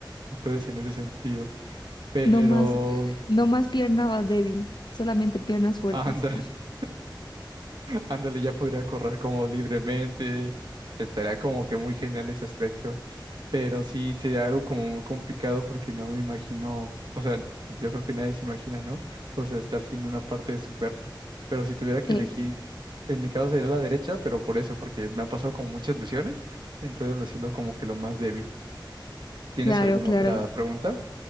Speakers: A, on the right; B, on the left.
A: entonces en ese sentido, pero...
B: no más, eh, no más pierna va débil, solamente piernas fuertes.
A: Anda.
B: <laughs>
A: <laughs> Ándale, ya podría correr como libremente. Estaría como que muy genial ese aspecto. Pero sí sería algo como muy complicado porque no me imagino, o sea, yo creo que nadie se imagina, ¿no? O sea, estar sin una parte de su cuerpo. Pero si tuviera que
B: Eh,
A: elegir, en mi caso sería la derecha, pero por eso, porque me han pasado como muchas lesiones, entonces lo siento como que lo más débil. ¿Tienes
B: claro,
A: alguna
B: claro,
A: otra pregunta?